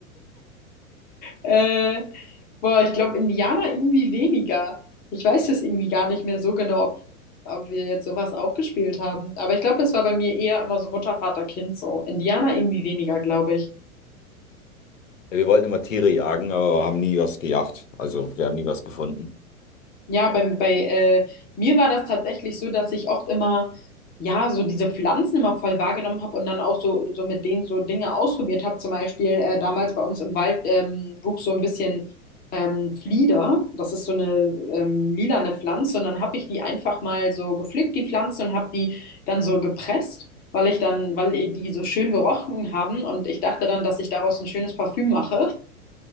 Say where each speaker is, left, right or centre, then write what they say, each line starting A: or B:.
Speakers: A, on the left; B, on the left.
A: Äh, boah, ich glaube, Indianer irgendwie weniger. Ich weiß jetzt irgendwie gar nicht mehr so genau, ob, ob wir jetzt sowas auch gespielt haben. Aber ich glaube, es war bei mir eher immer so Mutter, Vater, Kind so. Indianer irgendwie weniger, glaube ich.
B: Ja, wir wollten immer Tiere jagen, aber wir haben nie was gejagt. Also wir haben nie was gefunden.
A: Ja, bei, bei äh, mir war das tatsächlich so, dass ich oft immer, ja, so diese Pflanzen immer voll wahrgenommen habe und dann auch so, so mit denen so Dinge ausprobiert habe. Zum Beispiel äh, damals bei uns im Wald ähm, wuchs so ein bisschen ähm, Flieder. Das ist so eine ähm, lilane Pflanze und dann habe ich die einfach mal so gepflückt, die Pflanze, und habe die dann so gepresst. Weil ich dann, weil die so schön gerochen haben und ich dachte dann, dass ich daraus ein schönes Parfüm mache.